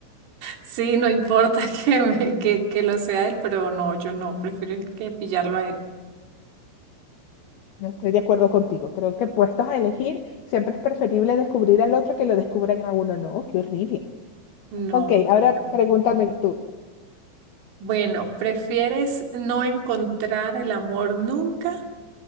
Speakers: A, on the right; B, on the left.
A: Sí, no importa <laughs> que, me- que, que lo sea él, pero no, yo no, prefiero que pillarlo a él.
B: No estoy de acuerdo contigo. Creo que puestos a elegir, siempre es preferible descubrir al otro que lo descubran a uno. No, qué horrible.
A: No.
B: Ok,
A: yo
B: ahora
A: también.
B: pregúntame tú.
A: Bueno, ¿prefieres no encontrar el amor nunca